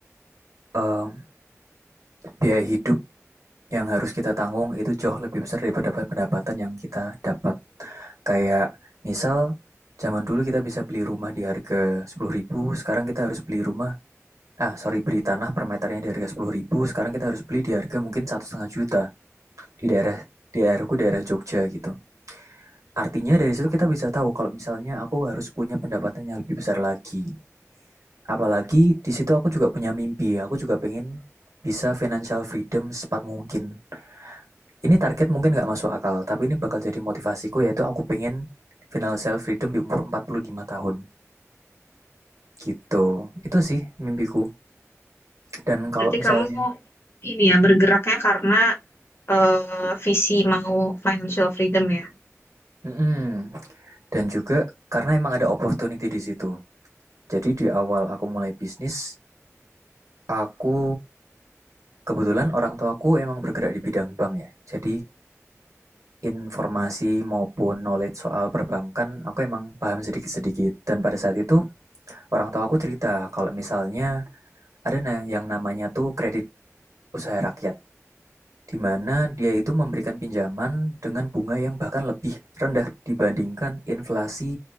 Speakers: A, on the right; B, on the left.
A: eh, biaya hidup yang harus kita tanggung itu jauh lebih besar daripada pendapatan yang kita dapat kayak misal zaman dulu kita bisa beli rumah di harga 10.000, sekarang kita harus beli rumah ah sorry beli tanah per meternya di harga 10.000, sekarang kita harus beli di harga mungkin satu setengah juta di daerah di daerahku daerah Jogja gitu Artinya dari situ kita bisa tahu kalau misalnya aku harus punya pendapatan yang lebih besar lagi. Apalagi di situ aku juga punya mimpi, aku juga pengen bisa financial freedom secepat mungkin. Ini target mungkin nggak masuk akal, tapi ini bakal jadi motivasiku yaitu aku pengen financial freedom di umur 45 tahun. Gitu, itu sih mimpiku. Dan kalau
B: Berarti
A: misalnya,
B: kamu ini ya, bergeraknya karena eh, visi mau financial freedom ya?
A: Mm-mm. dan juga karena emang ada opportunity di situ. Jadi di awal aku mulai bisnis, aku Kebetulan orang tuaku emang bergerak di bidang bank ya, jadi informasi maupun knowledge soal perbankan aku emang paham sedikit-sedikit. Dan pada saat itu orang tua aku cerita kalau misalnya ada na- yang namanya tuh kredit usaha rakyat, di mana dia itu memberikan pinjaman dengan bunga yang bahkan lebih rendah dibandingkan inflasi